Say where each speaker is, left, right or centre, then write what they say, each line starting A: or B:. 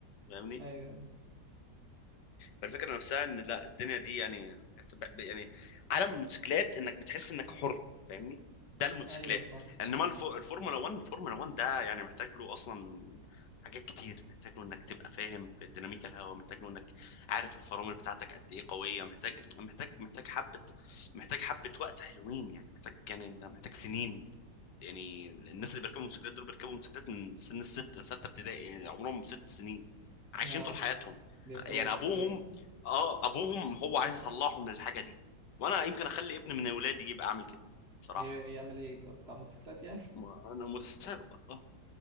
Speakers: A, on the left; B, on the right.
A: فاهمني
B: ايوه
A: فالفكره نفسها ان لا الدنيا دي يعني يعني عالم الموتوسيكلات انك بتحس انك حر فاهمني ده الموتوسيكلات
B: ايوه صح
A: انما الف- الفورمولا 1 الفورمولا 1 ده يعني محتاج له اصلا حاجات كتير محتاج له انك تبقى فاهم في ديناميكا الهواء محتاج له انك عارف الفرامل بتاعتك قد ايه قويه محتاج محتاج محتاج حبه محتاج حبه وقت حلوين يعني محتاج يعني انت محتاج سنين يعني الناس اللي بيركبوا موتوسيكلات دول بيركبوا موتوسيكلات من سن الست ستة ابتدائي يعني عمرهم ست سنين عايشين
B: يا
A: طول حياتهم
B: بيركبوا
A: يعني
B: موتوسيكلات
A: ابوهم اه ابوهم هو عايز يطلعهم من الحاجة دي وانا يمكن اخلي ابن من اولادي يبقى عامل كده بصراحة
B: ي-
A: يعني
B: يعمل ايه يبقى بتاع موتوسيكلات يعني
A: م- انا متسابق اه